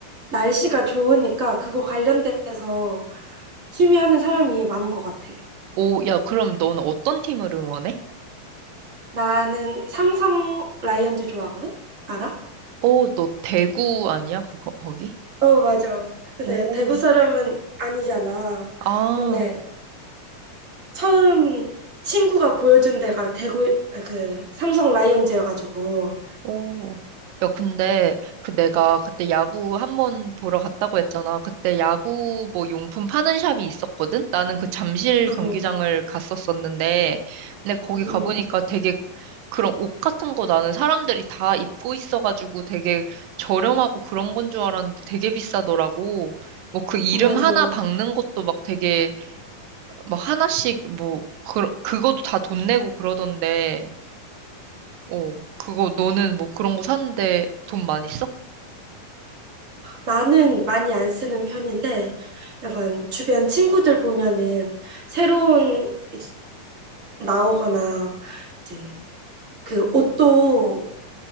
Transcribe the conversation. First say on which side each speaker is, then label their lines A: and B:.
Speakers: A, on the right; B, on the right.
A: 날씨가 좋으니까 그거 관련돼서 취미하는 사람이 많은 것 같아.
B: 오, 야, 그럼 너는 어떤 팀을 응원해?
A: 나는 삼성 라이언즈 좋아하거든? 알아?
B: 오, 너 대구 아니야? 그거, 거기?
A: 어, 맞아. 근데
B: 오,
A: 대구 사람은 아니잖아.
B: 아.
A: 근데 처음 친구가 보여준 데가 대구, 아, 그, 삼성 라이언즈여가지고.
B: 오. 야, 근데 그 내가 그때 야구 한번 보러 갔다고 했잖아. 그때 야구 뭐 용품 파는 샵이 있었거든? 나는 그 잠실
A: 어,
B: 경기장을 갔었었는데, 근데 거기
A: 음,
B: 가보니까 되게 그런 옷 같은 거 나는 사람들이 다 입고 있어가지고 되게 저렴하고 그런 건 줄 알았는데 되게 비싸더라고. 뭐 그 이름
A: 맞아.
B: 하나 박는 것도 막 되게 막 하나씩 뭐 그, 그거도 다 돈 내고 그러던데. 어, 그거 너는 뭐 그런 거 사는데 돈 많이 써?
A: 나는 많이 안 쓰는 편인데, 약간 주변 친구들 보면은 새로운 이제 나오거나, 이제 그 옷도